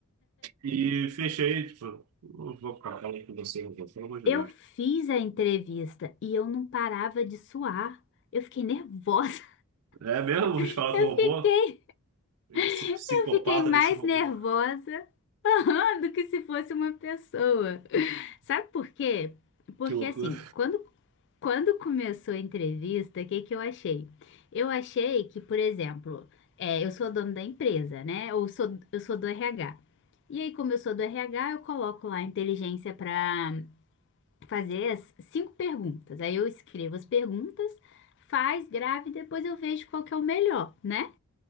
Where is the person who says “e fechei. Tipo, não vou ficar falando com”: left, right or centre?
Right